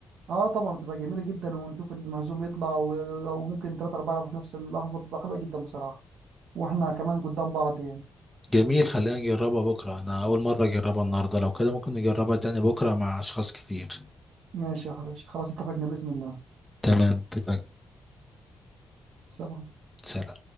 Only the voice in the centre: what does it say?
جميل خلينا نجربها بكرة أنا أول مرة أجربها النهاردة لو كده ممكن نجربها تاني بكرة مع أشخاص كتير
تمام اتفقنا
سلام